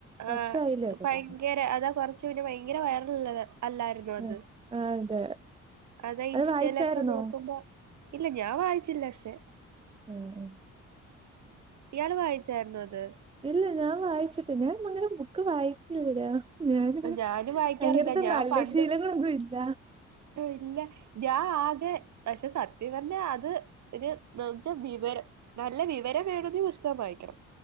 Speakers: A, on the right; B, on the right.
A: കൊറച്ചായില്ലേ
B: ആഹ് ഫയങ്കര
A: ഇറങ്ങി
B: അതാ കൊറ ച്ച് പിന്നേ ഭയങ്കര വൈറൽള്ളത് അല്ലായിരുന്നു അത്.
A: ആ ആ അതെ
B: അതാ
A: അത്
B: ഇൻസ്റ്റയിലൊക്കെ
A: വായിച്ചായിരുന്നോ
B: നോക്കുമ്പോ ഇല്ല ഞാൻ വായിച്ചില്ല പക്ഷേ
A: ഉം ഉം
B: ഇയാള് വായിച്ചായിരുന്നോ അത്
A: ഇല്ല ഞാൻ വായിച്ചിട്ട് ഞാൻ അങ്ങനെ ബുക്ക് വായിക്കില്ലരാ ഞാന്
B: ഞാനും വായിക്കാറില്ല
A: അങ്ങനത്തെ
B: ഞാൻ
A: നല്ല
B: പണ്ട്
A: ശീലങ്ങളൊന്നും ഇല്ല
B: ഇല്ല ഞാൻ ആകെ പക്ഷേ സത്യം പറഞ്ഞാ അത് ഒരു എന്ന്ച്ചാ വിവരം നല്ല വിവരം വേണങ്കി പുസ്തകം വായിക്കണം